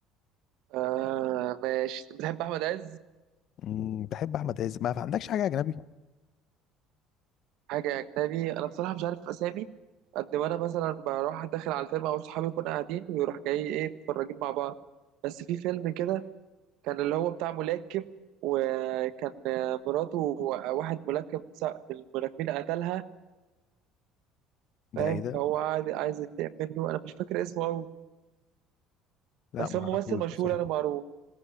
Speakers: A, on the right; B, on the left.
A: آه ماشي أنت بتحب احمد عز
B: أمم، بحب احمد عز ما عندكش حاجه اجنبي
A: حاجه اجنبي انا بصراحه مش عارف اسامي قد ما انا مثلا بروح داخل على الفيلم او صحابي يكونوا قاعدين ويروح جاي ايه متفرجين مع بعض بس في فيلم كده كان اللي هو بتاع ملاكم وكان مراته واحد ملاكم س- من الملاكمين قتلها
B: ده
A: فاهم
B: ايه ده
A: فهو قاعد عايز ينتقم منه انا مش فاكر اسمه قوي
B: لا
A: بس
B: ما
A: هو
B: اعرفوش
A: ممثل مشهور
B: بصراحه
A: انا معروف